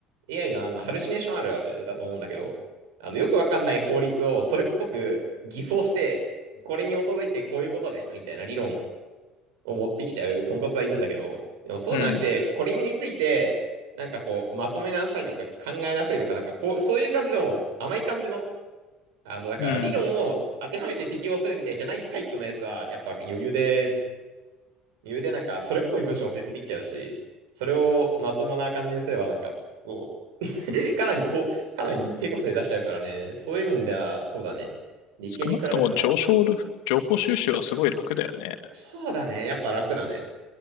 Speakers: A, on the right; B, on the left.
A: AI のあの、ハルシネーションあるあるだと思うんだけど、あの、よくわかんない法律をそれっぽく偽装して、これに基づいてこういうことですみたいな理論を持ってきちゃうポンコツはいるんだけど、でもそうじゃなくて、
B: うん、
A: これについて、なんかこう、まとめなさいとか考えなさいとか、なんかこう、そういう感じの甘い感じのあの、だから理論を当てはめて適用するみたいじゃないタイプのやつは、
B: うん。
A: やっぱ余裕で、余裕でなんかそれっぽい文章を生成できちゃうし、それをまともな感じにすればなんか、こう、<laughs> かなりこう、かなり低コストで出しちゃうからね。そういう面では、そうだね。理系に比べたら、
B: 少なくとも上昇る、情報収集はすごい楽だよね。
A: そうだね。やっぱ楽だね。